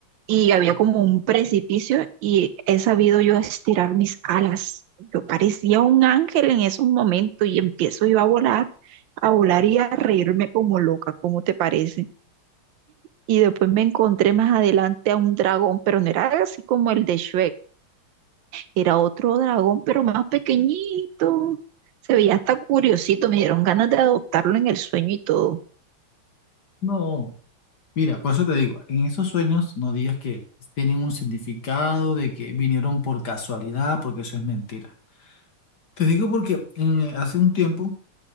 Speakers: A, on the right; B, on the left.
A: y había como un precipicio y he sabido yo estirar mis alas. Yo parecía un ángel en esos momentos y empiezo yo a volar, a volar y a reírme como loca, ¿cómo te parece? Y después me encontré más adelante a un dragón, pero no era así como el de Shrek, era otro dragón, pero más pequeñito. Se veía hasta curiosito, me dieron ganas de adoptarlo en el sueño y todo.
B: No, mira, por eso te digo, en esos sueños no digas que tienen un significado, de que vinieron por casualidad, porque eso es mentira. Te digo porque mm, hace un tiempo